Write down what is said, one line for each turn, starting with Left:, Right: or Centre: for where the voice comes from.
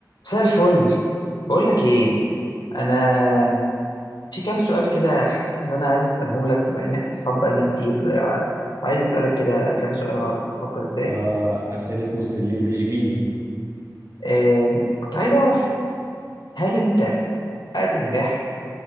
Left: مساء الفل بقول لك ايه انا في كام سؤال كده حاسس ان انا عايز اسالهم لك بما ان احنا اصحاب بقالنا كتير عايز اسالك كده كام سؤال اعرف بتفكر ازاي
Right: آه أسئلة نص الليل دي شجيني
Left: آم، كنت عايز اعرف هل انت حققت النجاح